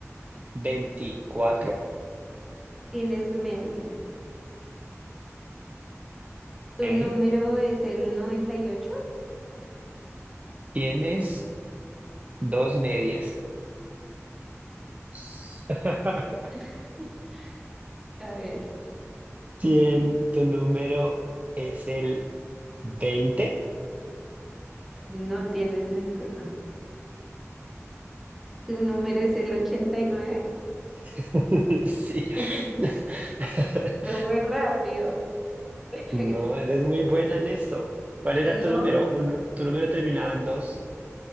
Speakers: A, on the right; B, in the centre.
A: veinticuatro.
B: tienes media. Tu
A: ¿eh?
B: número es el noventa y ocho.
A: Tienes dos medias. <laughs>
B: <laughs> A ver,
A: Tien- tu número es el veinte.
B: no tienes ninguno. Tu número es el 89.
A: <laughs> Sí.
B: <laughs>
A: <laughs>
B: Lo fue rápido. <laughs>
A: No, eres muy buena en esto. ¿Cuál era
B: No,
A: tu número? Uno, tu número terminaba en dos.